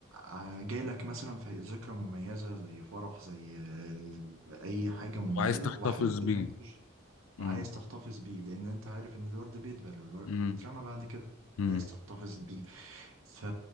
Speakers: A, on the right (about 80°); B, on the left (about 80°).
A: آه، جالك مثلا في ذكرى مميزة زي فرح زي آه، اي حاجة مميزة
B: وعايز تحتفظ
A: وحابب
B: بيه
A: انك وعايز
B: امم
A: تحتفظ بيه لأن أنت عارف إن الورد بيدبل والور-
B: امم
A: وبيترمى بعد كده
B: امم
A: عايز تحتفظ بيه ف...